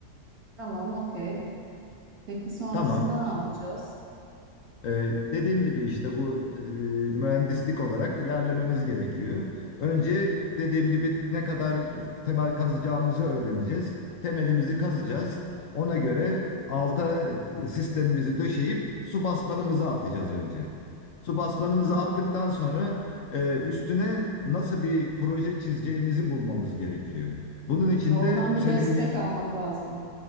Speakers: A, on the right; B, on the left.
A: Tamam, okey. Peki sonrasında
B: Tamam.
A: ne yapacağız?
B: Ee, dediğim gibi işte bu e, mühendislik olarak ilerlememiz gerekiyor. Önce dediğim gibi ne kadar temel kazacağımızı öğreneceğiz. Temelimizi kazacağız. Ona göre alta sistemimizi döşeyip su basmanımızı atacağız önce. Su basmanımızı
A: Tamam.
B: attıktan sonra e, üstüne nasıl bir proje çizeceğimizi bulmamız gerekiyor. Bunun için
A: Ya oradan
B: de
A: bir
B: senin
A: destek
B: bir
A: almak lazım.